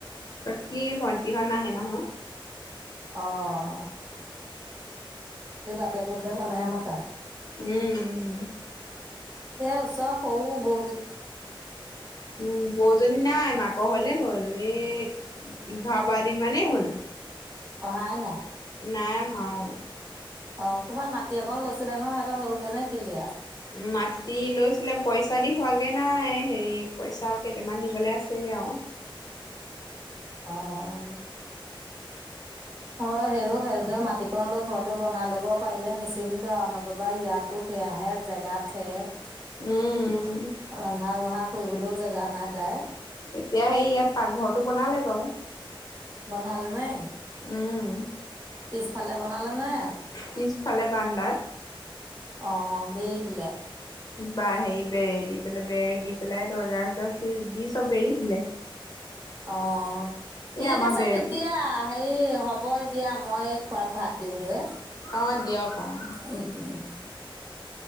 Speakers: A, on the left; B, on the right.
A: বাকী ভন্টিহ'ত নাহে নহয়।
B: অঁ এই বাটে পথহে পালেহে মতে।
A: উম উম
B: এ ওচৰৰ সৰু বৌ
A: উম, বৌজনী নাই মাক ঘৰলে গ'ল, এ এঘাৰ বাৰ দিন মানেই হ'ল।
B: অহায়ে নাই?
A: নাই অহা অঁ।
B: অ', কৰবাত মাটি অকন লৈছিলে নহয় সিহঁতে হলগেনে কিলিয়েৰ?
A: মাতি লৈছিলে পইচা দি হোৱাগে নাই, হেৰি পইচাও কেইটামান দিবলে আছে। এওঁ।
B: অঁ। হয় হেৰ হে মাটিকন লগ ঘৰটো বনাই ল'ব পাৰিলে নিচিন্ত আৰু, নতুবা ইয়াতো সেয়াহে জেগা থেক।
A: উম।
B: ৰন্ধা বঢ়া কৰিবলৈও জেগা নাই তাইৰ।
A: এতিয়া সেই ইয়াত পাকঘৰটো বনালে বাৰু।
B: বনাল নে
A: উম
B: পিছফালে বনালে নে
A: পিছফালে বাৰান্দাত
B: অ', বেৰি দিলে।
A: বাঁহ সে বেৰে দি পেলাই, বেৰ দি পেলাই দৰ্জা চৰ্যা দি চব বেৰি দিলে।
B: অ', ঠিক
A: এই আমাৰ
B: আছে
A: বেৰ
B: তেতিয়া হে হ'ব দিয়া, মই খোৰাক ভাত দিওঁগৈ,
A: অ' দিয়ক অ'।
B: উম, উম।